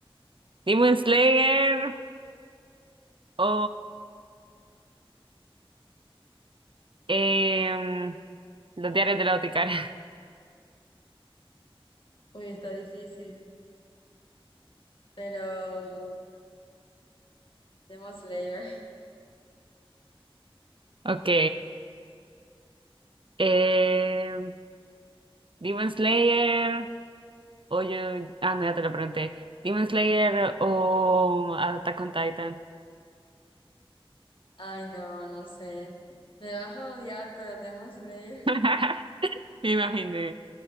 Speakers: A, on the right; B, on the left.
A: Demon Slayer o em, Los Diarios de la Boticaria. <laughs>
B: uy, está difícil. Pero Demon Slayer.
A: Ok. em, Demon Slayer o yo. Ah, no, ya te lo pregunté. Demon Slayer o Attack on Titan.
B: Ay, no, no sé. Me vas a odiar, pero Demon Slayer.
A: <laughs>
B: <laughs>
A: Me imaginé.